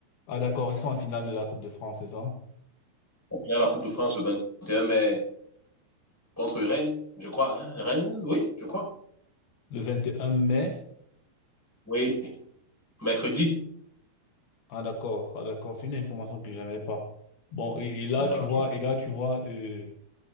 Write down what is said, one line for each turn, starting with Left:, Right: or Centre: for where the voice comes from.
Left: Ah d'accord, ils sont en finale de la Coupe de France, c'est ça?
Centre: Au final, la Coupe de France, le vingt et un mai, contre Rennes, je crois. hein. Rennes, oui, je crois.
Left: Le 21 mai.
Centre: Oui, mercredi.
Left: Ah d'accord, ah d'accord, c'est une information que j'avais pas. Bon, et, et là
Centre: Ah,
Left: tu
Centre: ok.
Left: vois, et là tu vois, euh,